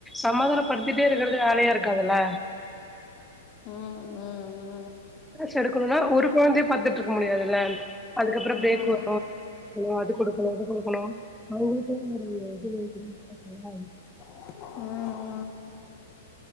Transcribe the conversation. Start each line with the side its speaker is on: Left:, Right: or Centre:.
Centre: சமாதானப்படுத்திட்டே இருக்கிறது வேலயா இருக்காதுல்ல
Left: ம் ம்
Centre: க்ளாஸ் எடுக்கணும்னா ஒரு கொழந்தையே பாத்துட்டு இருக்க முடியாதுல்ல அதுக்கப்றோ
Left: ம் ம்
Centre: ப்ரேக் வரு அது குடுக்கனு இது குடுக்கணு அவுங்களுக்கு ஒரு இது <unintelligible>
Left: ம்